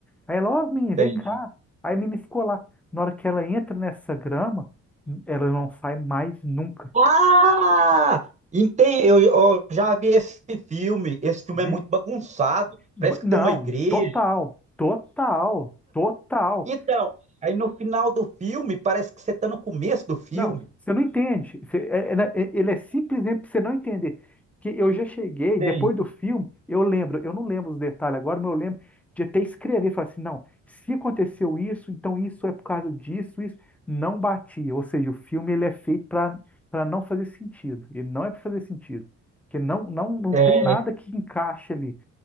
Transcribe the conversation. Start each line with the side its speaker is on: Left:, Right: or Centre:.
Centre: Aí ela, ó, menina,
Right: entendi.
Centre: vem cá. Aí a menina ficou lá. Na hora que ela entra nessa grama, hum, ela não sai mais nunca.
Right: Ah! Entendi. Eu, eu já vi esse filme. Esse filme
Centre: viu?
Right: é muito bagunçado.
Centre: B-
Right: Parece que
Centre: Não,
Right: tem uma igreja.
Centre: total, total, total.
Right: Então, aí no final do filme, parece que você tá no começo do filme.
Centre: Não, você não entende. Você- é- é- né, é- ele é simplesmente pra você não entender. Que eu já cheguei,
Right: Tem.
Centre: depois do filme, eu lembro, eu não lembro os detalhes agora, mas eu lembro de até escrever, falar assim, não, se aconteceu isso, então isso é por causa disso, isso não batia. Ou seja, o filme ele é feito para para não fazer sentido. Ele não é para fazer sentido. Porque não, não, não
Right: É
Centre: tem nada que encaixe ali.